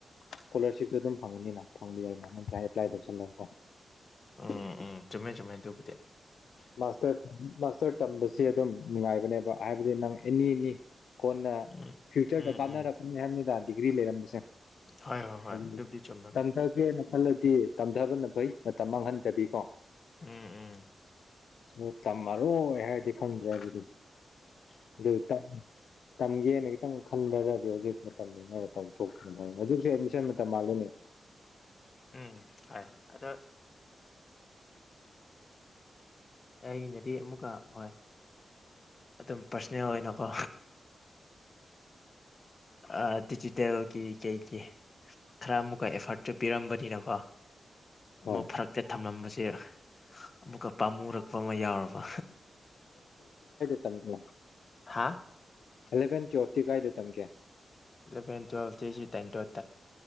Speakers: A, on the left; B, on the left.
A: ꯏꯁꯀꯣꯂꯥꯔꯁꯤꯞꯇ ꯑꯗꯨꯝ ꯐꯪꯉꯅꯤꯅ ꯐꯪꯂꯤ ꯍꯥꯏꯏꯅ ꯅꯠꯇ꯭ꯔ ꯑꯦꯄ꯭ꯂꯥꯏ ꯇꯧꯁꯜꯂꯒꯀꯣ
B: ꯎꯝ ꯎꯝ ꯆꯨꯝꯃꯦ ꯆꯨꯝꯃꯦ ꯑꯗꯨꯕꯨꯗꯤ
A: ꯃꯥꯇ ꯍꯛꯆꯔ ꯇꯝꯁ ꯑꯗꯨꯝ ꯅꯨꯡꯉꯥꯏꯕꯅꯦꯕ ꯍꯥꯏꯕꯗꯤ ꯅꯪ ꯏꯅꯤ ꯏꯅꯤ ꯀꯣꯟꯅ
B: ꯎꯝ
A: ꯐ꯭ꯨꯆꯔꯗ
B: ꯎꯝ
A: ꯀꯥꯟꯅꯔ
B: ꯎꯝ
A: ꯅꯦꯗꯥ ꯗꯤꯒ꯭ꯔꯤ ꯂꯩꯔꯝꯕꯁꯦ
B: ꯍꯣꯏ ꯍꯣꯏ ꯍꯣꯏ
A: ꯑꯗꯨ
B: ꯨꯞꯗꯤ ꯆꯧꯕ
A: ꯇꯝꯊꯒꯦꯅ ꯈꯜꯂꯗꯤ ꯇꯝꯊꯕꯅ ꯐꯩ ꯃꯇꯝ ꯃꯥꯡꯍꯟꯗꯕꯤꯀꯣ
B: ꯎꯝ ꯎꯝ
A: ꯑꯗꯨ ꯇꯝꯃꯔꯣ ꯑꯩ ꯍꯥꯏꯔꯗꯤ ꯈꯪꯗ꯭ꯔꯦ ꯑꯗꯨꯗꯤꯗꯤ ꯗ ꯇ ꯇꯝꯒꯦꯅ ꯈꯤꯇꯪ ꯈꯟꯊꯔꯗꯤ ꯍꯧꯖꯤꯛ ꯃꯇꯝ ꯅ ꯇꯧꯊꯇ ꯍꯧꯖꯤꯛꯁꯨ ꯑꯦꯗꯃꯤꯁꯟ ꯃꯇꯝ ꯃꯥꯜꯂꯤꯅꯦ
B: ꯎꯝ ꯍ ꯑꯗ ꯑꯩꯅꯗꯤ ꯑꯃꯨꯛꯀ ꯍꯣꯏ ꯑꯗꯨꯝ ꯄꯥꯔꯁꯣꯅꯦꯜ ꯑꯣꯏꯅꯀꯣ ꯑ ꯗꯤꯖꯤꯇꯦꯜꯒꯤ ꯀꯩꯒꯤ ꯈꯔ ꯃꯈꯨꯀꯥꯏ ꯑꯦꯐꯔꯠ ꯄꯤꯔꯝꯕꯅꯤꯅꯀꯣ ꯑꯃꯨꯛ
A: ꯍꯣꯏ
B: ꯐꯔꯛꯇꯤ ꯊꯝꯂꯝꯁꯦ ꯆꯦ ꯑꯃꯨꯛꯀ ꯄꯥ ꯃꯨꯔꯛꯄ ꯑꯃ ꯌꯥꯎꯔꯕ
A: ꯇꯝ
B: ꯍꯥ
A: ꯍꯂ ꯐꯦꯟ ꯆꯣꯐꯤ ꯀꯥꯏꯗꯦꯝ ꯀꯦ
B: ꯏꯂꯦꯟ ꯇ꯭ꯋꯦꯜꯁꯤ ꯇꯦꯟ ꯇ ꯠꯇ